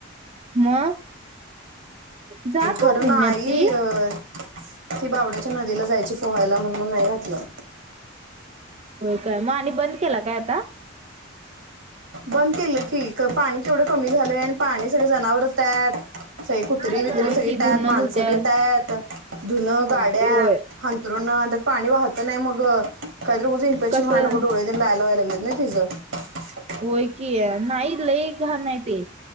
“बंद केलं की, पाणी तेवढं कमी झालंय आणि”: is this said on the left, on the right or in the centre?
Right